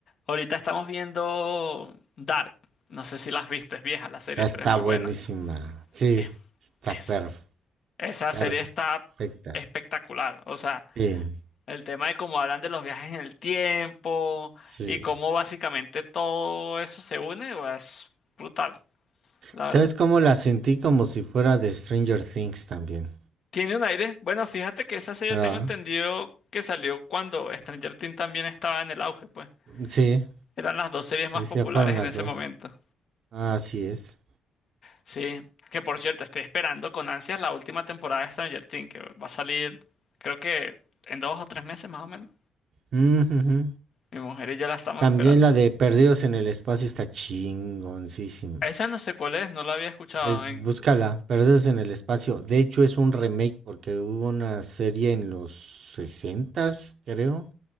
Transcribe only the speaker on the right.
Ah, Está
buenísima.
Sí,
está
per-
perfecta.
Sí,
sí.
¿Sabes
cómo la sentí? Como si fuera de Stranger Things también.
Ah,
sí,
sí,
sí, fueron
las
dos.
Así es.
Ujú, ujú.
También
la de Perdidos en el Espacio está chingoncísima.
Es-
búscala, Perdidos en el Espacio. De hecho, es un remake porque hubo una serie en los sesentas creo,